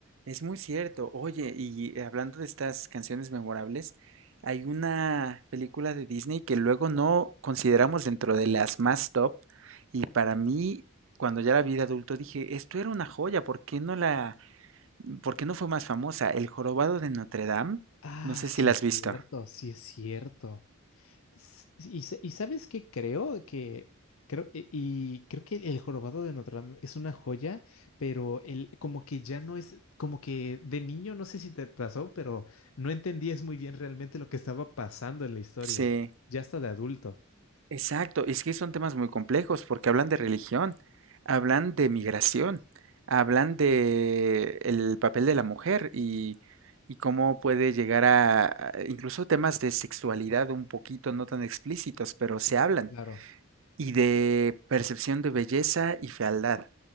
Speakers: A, on the right; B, on the left.
A: es muy cierto. Oye, y hablando de estas canciones memorables, hay una película de Disney que luego no consideramos dentro de las más top, y para mí, cuando ya la vi de adulto, dije, esto era una joya, ¿por qué no la, por qué no fue más famosa? El Jorobado de Notre Dame,
B: Ah,
A: no sé
B: sí
A: si la
B: es
A: has visto.
B: cierto, sí es cierto. S- Y, sa- y sabes qué creo que creo y y creo que el jorobado de Notre Dame es una joya, pero el como que ya no es como que de niño no sé si te pasó, pero no entendías muy bien realmente lo que estaba pasando en la historia,
A: sí
B: ya hasta de adulto.
A: Exacto, es que son temas muy complejos porque hablan de religión, hablan de migración, hablan de el papel de la mujer y, y cómo puede llegar a, a- incluso temas de sexualidad un poquito no tan explícitos, pero se hablan,
B: Claro.
A: y de percepción de belleza y fealdad,